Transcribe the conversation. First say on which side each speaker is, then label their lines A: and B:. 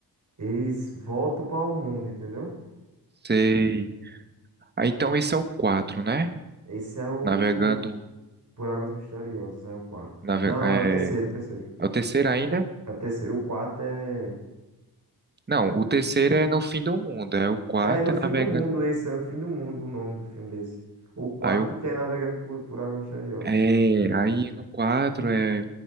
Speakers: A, on the right; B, on the right.
A: eles voltam para o mundo, entendeu?
B: sei. Ah, então esse é o 4, né?
A: Esse é o
B: Navegando,
A: Por Águas Misteriosas, é o quarto.
B: nave,
A: Não,
B: é,
A: é o terceiro, o terceiro.
B: É o terceiro ainda?
A: É o terceiro. O quarto é.
B: Não, o terceiro é no fim do mundo. É o quarto
A: É no fim
B: é navegando.
A: do mundo esse, é no fim do mundo o nome do filme desse. O quarto
B: Aí o
A: que é Navegando por, por Águas Misteriosas.
B: é, aí no quatro é